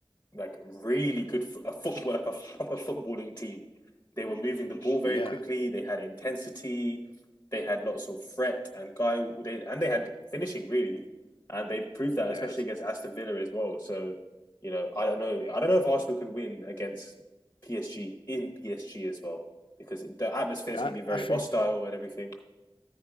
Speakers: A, on the left (about 25°); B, on the left (about 65°).
A: like really good f- a football like a proper footballing team. They were moving the ball very
B: Yeah,
A: quickly, they had intensity, they had lots of threat and guy they and they had finishing really. And they proved that
B: yeah,
A: especially against Aston Villa as well. So, you know, I don't know.
B: yeah,
A: I don't know if Arsenal can win against PSG in PSG as well because the atmosphere
B: yeah.
A: is going to be very
B: I I think.
A: hostile and everything.